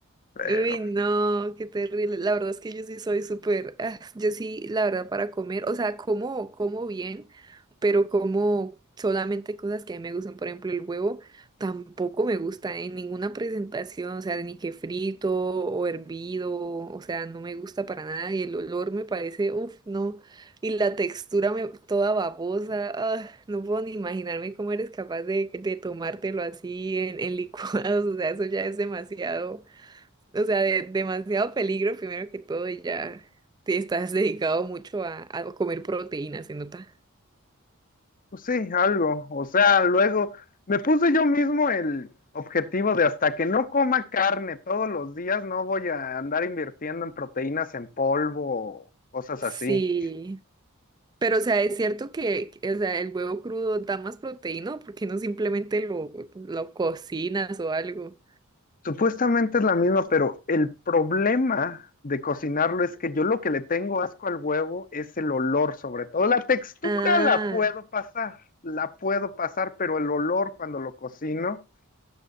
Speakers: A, on the left; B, on the right.
A: pero
B: Uy, no, qué terrible. La verdad es que yo sí soy súper, ah, yo sí, la verdad, para comer, o sea, como, como bien, pero como solamente cosas que a mí me gustan, por ejemplo, el huevo tampoco me gusta en ninguna presentación, o sea, ni que frito o hervido, o sea, no me gusta para nada y el olor me parece, uff, no, y la textura me, toda babosa, ah, no puedo ni imaginarme cómo eres capaz de, de tomártelo así en, en licuados, <laughs> o sea, eso ya es demasiado. O sea, de, demasiado peligro primero que todo y ya te estás dedicado mucho a, a comer proteína, se nota.
A: Pues Sí, algo. O sea, luego me puse yo mismo el objetivo de hasta que no coma carne todos los días, no voy a andar invirtiendo en proteínas en polvo o cosas
B: Sí,
A: así.
B: pero o sea, es cierto que, o sea, el huevo crudo da más proteína, ¿por qué no simplemente lo, lo cocinas o algo?
A: Supuestamente es la misma, pero el problema de cocinarlo es que yo lo que le tengo asco al huevo es el olor, sobre todo la textura
B: Ah,
A: la puedo pasar, la puedo pasar, pero el olor cuando lo cocino,